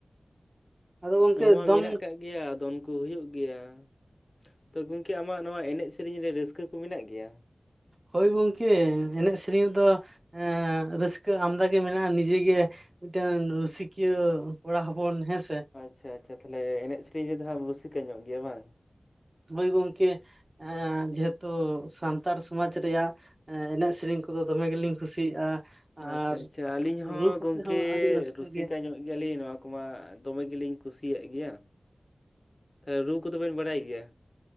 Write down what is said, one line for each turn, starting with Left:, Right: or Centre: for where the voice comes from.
Right: ᱟᱫᱚ ᱜᱚᱝᱠᱮ
Left: ᱱᱚᱣᱟ
Right: ᱫᱚᱱ
Left: ᱢᱮᱱᱟᱜ ᱠᱟᱜ ᱜᱮᱭᱟ ᱟᱫᱚ ᱩᱱᱠ ᱠᱚ ᱦᱩᱭᱩᱜ ᱜᱮᱭᱟ᱾ ᱛᱚ ᱜᱚᱝᱠᱮ ᱟᱢᱟᱜ ᱱᱚᱣᱟ ᱮᱱᱮᱡ ᱥᱮᱨᱮᱧ ᱨᱮ ᱨᱟᱹᱥᱠᱟᱹ ᱠᱚ ᱢᱮᱱᱟᱜ ᱜᱮᱭᱟ᱾
Right: ᱦᱳᱭ ᱜᱚᱝᱠᱮ, ᱮᱱᱮᱡ ᱥᱮᱨᱮᱧ ᱨᱮᱫᱚ ᱦᱸᱮ ᱨᱟᱹᱥᱠᱟᱹ ᱟᱢᱫᱟ ᱜᱮ ᱢᱮᱱᱟᱜᱼᱟ᱾ ᱱᱤᱡᱮ ᱜᱮ ᱢᱤᱫᱴᱟᱹᱝ ᱨᱩᱥᱤᱠᱤᱭᱟᱹ ᱠᱚᱲᱟ ᱦᱚᱯᱚᱱ ᱦᱮᱸᱥ
Left: ᱟᱪᱪᱷᱟ ᱟᱪᱪᱷᱟ ᱛᱟᱦᱞᱮ ᱮᱱᱮᱡ ᱥᱮᱨᱮᱧ ᱨᱮᱫᱚ ᱦᱟᱸᱜ ᱨᱩᱥᱤᱠᱟᱹ ᱧᱚᱜ ᱜᱮᱭᱟ ᱵᱟᱝ᱾
Right: ᱦᱚᱭ ᱜᱚᱝᱠᱮ, ᱟᱸ ᱡᱚᱛᱚ ᱥᱟᱱᱛᱟᱲ ᱥᱚᱢᱟᱡᱽ ᱨᱮᱭᱟᱜ ᱦᱮᱸ ᱮᱱᱮᱡ ᱥᱮᱨᱮᱧ ᱠᱚᱫᱚ ᱫᱚᱢᱮ ᱜᱮᱞᱤᱧ ᱠᱩᱥᱤᱭᱟᱜᱼᱟ᱾ ᱟᱨ
Left: ᱟᱪᱪᱷᱟ ᱟᱪᱪᱷᱟ, ᱟᱹᱞᱤᱧ ᱦᱚᱸ
Right: ᱨᱩ ᱠᱚᱥᱮ
Left: ᱜᱚᱝᱠᱮ
Right: ᱦᱚᱸ ᱟᱹᱰᱤ ᱨᱟᱹᱥᱠᱟᱹ
Left: ᱨᱩᱥᱤᱠᱟ
Right: ᱜᱮ
Left: ᱧᱚᱜ ᱜᱮᱞᱤᱧ ᱱᱚᱣᱟ ᱠᱚᱢᱟ ᱫᱚᱢᱮ ᱜᱮᱞᱤᱧ ᱠᱩᱥᱤᱭᱟᱜ ᱜᱮᱭᱟ᱾ ᱦᱮ ᱨᱩ ᱠᱚᱫᱚᱵᱤᱱ ᱵᱟᱲᱟᱭ ᱜᱮᱭᱟ᱾